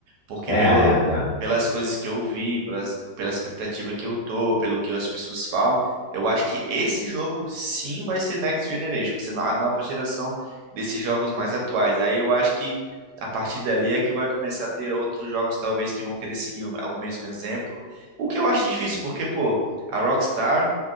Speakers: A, on the right (about 70°); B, on the left (about 60°).
A: Porque
B: É,
A: pelo,
B: é, é.
A: pelas coisas que eu vi, pelas, pela expectativa que eu tô, pelo que as pessoas falam, eu acho que esse jogo sim vai ser Next Generation, vai ser a nova geração desses jogos mais atuais. Aí eu acho que a partir dali é que vai começar a ter outros jogos, talvez, que vão querer seguir o o mesmo exemplo. O que eu acho difícil, porque, pô, a Rockstar.